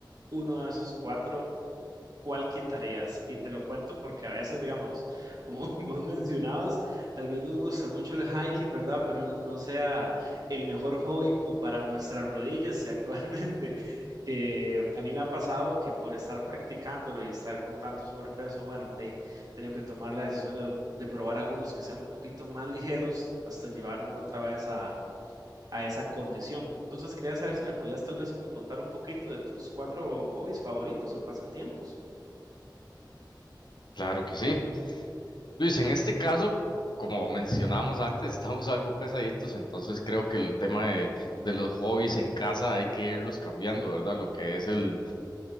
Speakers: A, on the right; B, on the left.
A: uno de esos cuatro cuál quitarías. Y te lo cuento porque a veces, digamos, como <laughs> vos mencionabas, tal vez nos gusta mucho el hiking, ¿verdad? Pero no sea el mejor hobby como para nuestras rodillas. Y actualmente, <laughs> que a mí me ha pasado que por estar practicándolo y estar con tanto sobrepeso, bueno, te, he tenido que tomar la decisión de, de probar algunos que sean un poquito más ligeros hasta llevarme otra vez a... a esa condición. Entonces quería saber si me podías tal vez como contar un poquito de tus cuatro hobbies favoritos o pasatiempos.
B: Claro que sí. Luis, en este caso, como mencionamos antes, estamos algo pesaditos, entonces creo que el tema de, de los hobbies en casa hay que irlos cambiando, ¿verdad? Lo que es el,